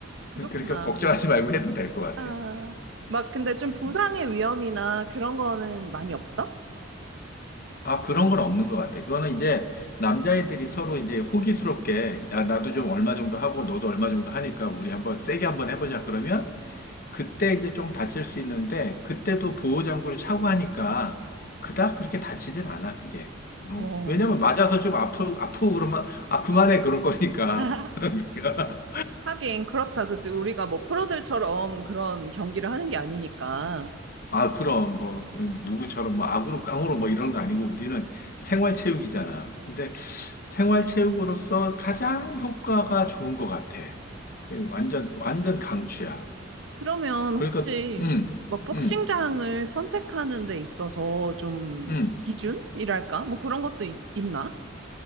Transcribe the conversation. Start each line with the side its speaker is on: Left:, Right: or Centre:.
Right: 그렇구나.
Left: <laughs> 그러니까 걱정하지 말고 해도 될 것 같아.
Right: 아, 막 근데 좀 부상의
Left: 음.
Right: 위험이나 그런 거는 많이 없어?
Left: 아, 그런 건 없는 것 같아. 그거는 이제 남자애들이 서로 이제 호기스럽게, 야, 나도 좀 얼마 정도 하고 너도 얼마 정도 하니까 우리 한번 세게 한번 해보자. 그러면 그때 이제 좀 다칠 수 있는데 그때도 보호장구를 차고 하니까 그닥 그렇게 다치진 않아, 그게. 어,
Right: 어.
Left: 왜냐면 맞아서 좀 아프, 아프고 그러면, 아, 그만해. 그럴 거니까.
Right: <laughs>
Left: <laughs> 그러니까.
Right: 하긴 그렇다, 그치? 우리가 뭐 프로들처럼 그런 경기를 하는 게 아니니까.
Left: 아, 그럼, 뭐, 누구처럼, 뭐, 악으로 깡으로 뭐 이런 거 아니고 우리는 생활체육이잖아. 근데 생활체육으로서 가장 효과가 좋은 것 같아. 그 완전, 완전 강추야.
Right: 그러면
Left: 그러니까,
Right: 혹시
Left: 음,
Right: 막 복싱장을
Left: 음,
Right: 선택하는 데 있어서 좀
Left: 음.
Right: 기준이랄까? 뭐 그런 것도 있, 나